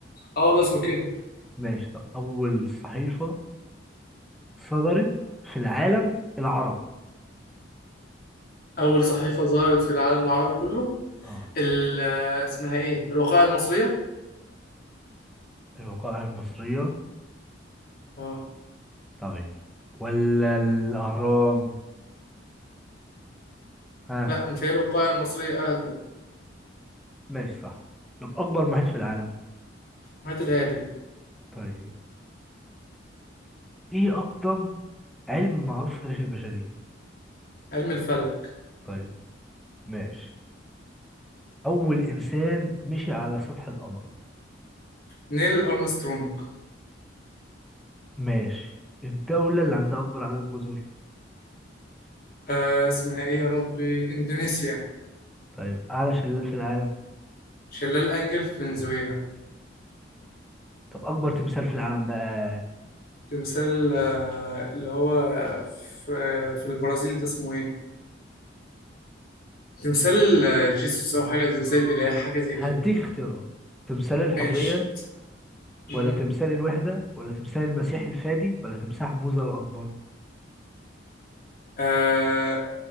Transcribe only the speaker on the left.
اه والله اسمه كده
أول صحيفة ظهرت في العالم العربي كله
ال اسمها إيه؟ الوقائع المصرية؟
اه
لا متهيألي الوقائع المصرية أقدم
هات الهادي
علم الفلك
نيل أرمسترونج
آه اسمها إيه يا ربي إندونيسيا
شلال أنجل في فنزويلا
تمثال آه اللي هو في, آه في البرازيل ده اسمه إيه تمثال آه جيسوس أو حاجة تمثال الإله حاجة زي
كده
ماشي مهم.
آه